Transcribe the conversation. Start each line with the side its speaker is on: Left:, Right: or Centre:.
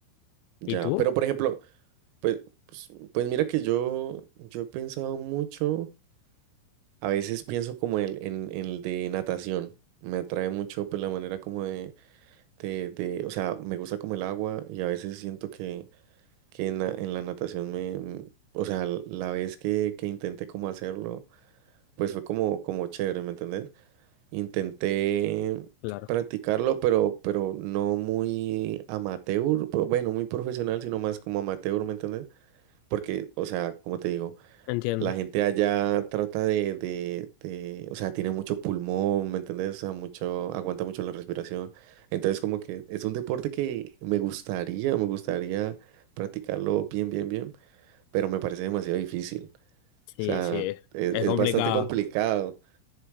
Right: ya.
Left: ¿Y tú?
Right: Pero, por ejemplo, Pues, pues, pues mira que yo, yo he pensado mucho, a veces pienso como el, en, en el de natación, me atrae mucho pues la manera como de, de, de- o sea, me gusta como el agua y a veces siento que, que en la, en la natación me, m- o sea, l- la vez que, que intenté como hacerlo, pues fue como, como chévere, ¿me entendés? Intenté
Left: Claro,
Right: practicarlo, pero, pero no muy amateur, pero bueno, muy profesional, sino más como amateur, ¿me entendés? Porque, o sea, como te digo.
Left: entiendo.
Right: La gente allá trata de, de, de, o sea, tiene mucho pulmón, ¿me entiendes? O sea, mucho, aguanta mucho la respiración. Entonces, como que es un deporte que me gustaría, me gustaría practicarlo bien, bien, bien, pero me parece demasiado difícil.
Left: Sí,
Right: O sea,
Left: sí,
Right: es,
Left: es
Right: es
Left: complicado.
Right: bastante complicado.